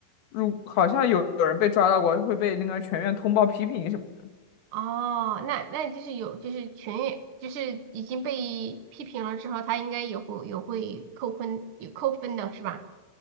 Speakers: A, on the left; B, on the right.
A: 如好像有有人被抓到过，会被那个全院通报批评什么的。
B: 哦，那那就是有，就是全员，就是已经被批评了之后，他应该也会有会扣分，有扣分的是吧？